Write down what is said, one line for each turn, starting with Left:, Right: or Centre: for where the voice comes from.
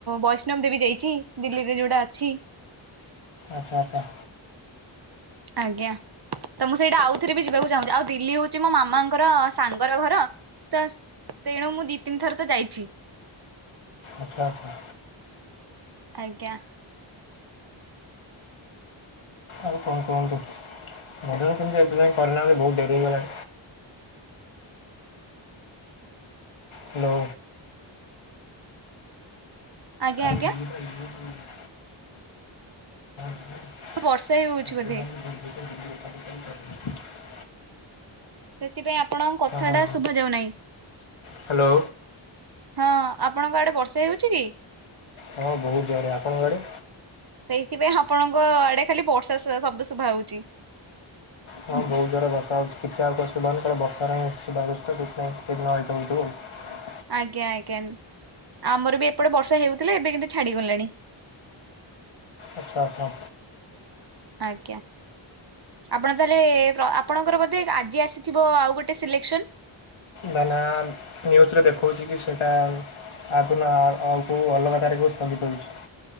Right: ବୈଷ୍ଣବ ଦେବୀ ଯାଇଛି। ଦିଲ୍ଲୀରେ ଯୋଉଟା ଅଛି।
Left: ଆଚ୍ଛା ଆଚ୍ଛା।
Right: ଆଜ୍ଞା। ତ ମୁଁ ସେଇଟା ଆଉଥରେ ବି ଯିବାକୁ ଚାହୁଁଛି। ଆଉ ଦିଲ୍ଲୀ ହଉଛି ମୋ ମାମାଙ୍କର ସାଙ୍ଗର ଘର ତ ତେଣୁ ମୁଁ ଦି ତିନି ଥର ତ ଯାଇଛି।
Left: ଆଚ୍ଛା ଆଚ୍ଛା।
Right: ଆଜ୍ଞା
Left: ଆଉ କଣ କୁହନ୍ତୁ? ଭଜନ କିନ୍ତୁ ଏବେ ଯାଏ କରିନାହାନ୍ତି ବହୁତ ଡେରି ହେଇଗଲାଣି। ହ୍ୟାଲୋ
Right: ଆଜ୍ଞା
Left: ଆରେ
Right: ଆଜ୍ଞା
Left: <unintelligible> ଦ
Right: ବର୍ଷା ହେଉଛି
Left: ଦ
Right: ବୋଧେ
Left: <unintelligible>
Right: ସେଥିପାଇଁ ଆପଣଙ୍କ କଥା
Left: ହଁ
Right: ଟା ଶୁଭା ଯାଉନାହିଁ।
Left: ହ୍ୟାଲୋ
Right: ହଁ ଆପଣଙ୍କ ଆଡେ ବର୍ଷା ହେଉଛି କି?
Left: ହଁ ବହୁତ ଜୋରରେ ଆପଣଙ୍କ ଆଡେ?
Right: ସେଇଥିପାଇଁ ଆପଣଙ୍କ ଆଡେ ଖାଲି ବର୍ଷା ଶବ୍ଦ ଶୁଭା ଯାଉଛି।
Left: ହଁ ବହୁତ ଜୋରରେ ବର୍ଷା ହେଉଛି ଆଉ କହ ବର୍ଷା ରେ ସେଥିପାଇଁ ଦିନ ହେଇ ହଉଥିବ ଆଉ <unintelligible>
Right: ଆଜ୍ଞା ଆଜ୍ଞା ଆମର ବି ଏପଟେ ବର୍ଷା ହେଉଥିଲା ଏବେ କିନ୍ତୁ ଛାଡିଗଲାଣି। <inaudible>
Left: ଆଚ୍ଛା ଆଚ୍ଛା
Right: ଆଜ୍ଞା ଆପଣ ତାହଲେ ଆପଣଙ୍କର ବୋଧେ ଏଟା ଆଜି ଆସିଥିବ ଆଉ ଗୋଟେ ସିଲେକ୍ସନ
Left: ନା ନା ନିଉଜ ରେ ଦେଖଉଛି କି ସେଟା - ଆଉ ଅଲଗା ତାରକୁ ଦଉଛି। <unintelligible> <unintelligible> <unintelligible>